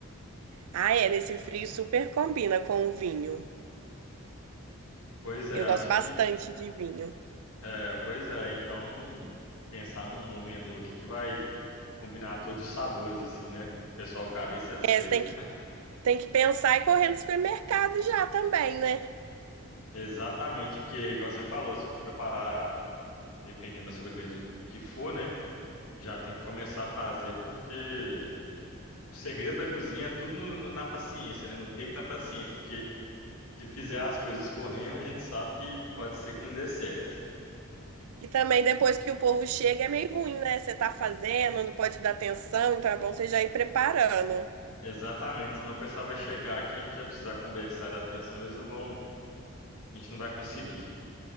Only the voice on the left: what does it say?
Pois é,
acho
que
é, pois é, então pensar num, num menu aqui que vai combinar todos os sabores assim, né? O pessoal ficar bem satisfeito.
Exatamente, porque igual você falou, se for preparar dependendo da sobremesa o o que for, né? Já tem que começar a fazer porque o segredo da cozinha é tudo no- no- na paciência, né? No tempo e na paciência, porque se fizer as coisas correndo, a gente sabe que pode ser que não dê certo.
Exatamente, senão o pessoal vai chegar aqui, a gente vai precisar conversar dar atenção, eles não vão, a gente não vai conseguir.